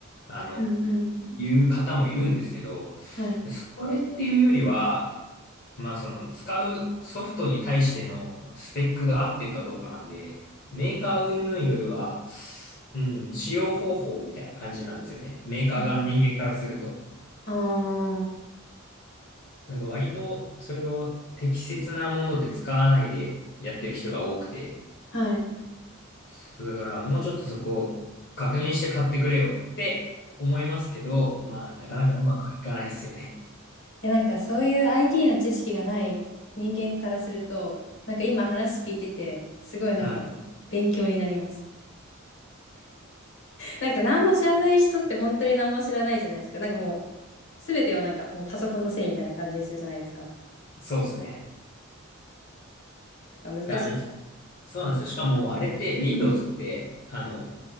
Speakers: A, on the left; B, on the left.
A: あの、
B: うんうん。
A: 言う方もいるんですけど、
B: はい。
A: それっていうよりは、まあその使うソフトに対してのスペックが合ってるかどうかなんで、メーカー云々よりは、うん、使用方法みたいな感じなんですよね。メーカー側の人間からすると。
B: はいああ
A: なんか割とそれを適切なもので使わないでやってる人が多くて、
B: はい。
A: そうだからもうちょっとそこを確認して買ってくれよって思いますけど、まあなかなかうまくはいかないですよね。
B: え、なんかそういう IT の知識がない人間からすると、なんか今話聞いてて、すごいなんか勉強になります。
A: はい。
B: なんか何も知らない人って本当に何も知らないじゃないですか。なんかもう全てをなんかもうパソコンのせいみたいな感じにするじゃないですか。
A: そうですね。
B: だから難しいです。
A: で、あれ、そうなんですよ。しかもあれって Windows って、あの、